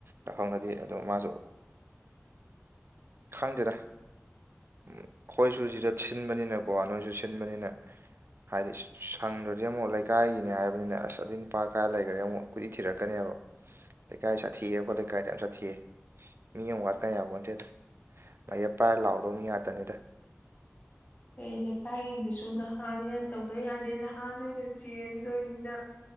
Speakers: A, on the right; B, on the left.
A: ꯌꯥꯎꯁꯪꯗꯗꯤ ꯑꯗ ꯃꯥꯁꯨ ꯈꯪꯗꯦꯔ ꯑꯩꯈꯣꯏ ꯁ ꯁꯤ ꯆꯠ ꯁꯤꯟꯕꯅꯤꯅꯀꯣ ꯅꯣꯏꯁꯨ ꯁꯤꯟꯕꯅꯤꯅ ꯍꯥꯏꯗꯤ ꯁꯪꯗꯨꯗꯤ ꯑꯃꯨꯛ ꯂꯩꯀꯥꯏꯒꯤꯅꯦ ꯍꯥꯏꯕꯅꯤꯅ ꯑꯁ ꯑꯗꯨꯏ ꯅꯨꯄꯥ ꯀꯥꯏ ꯂꯩꯈꯔꯦ ꯑꯃꯨꯛ ꯀꯨꯏ ꯊꯤꯔꯛꯀꯅꯦꯕ ꯂꯩꯀꯥꯏ ꯁꯥꯊꯤꯑ ꯑꯩꯈꯣ ꯂꯩꯀꯥꯏꯗ ꯌꯥꯝ ꯁꯥꯊꯤꯌꯦ ꯃꯤ ꯑꯃ ꯋꯥꯠꯀꯅꯤ ꯌꯥꯕꯟꯇꯦꯗ ꯃꯌꯦꯛ ꯄꯥꯏꯔ ꯂꯥꯎꯔꯣ ꯌꯥꯗꯅꯤꯗ
B: ꯑꯩꯈꯣꯏ ꯂꯩꯀꯥꯏꯒꯤꯗꯨꯁꯨ ꯅꯍꯥꯅꯤꯅ ꯇꯧꯗ ꯌꯥꯗꯦ ꯅꯍꯥꯟꯣꯏ ꯑꯣꯏꯅ ꯆꯦꯟꯗꯣꯏꯅꯤꯅ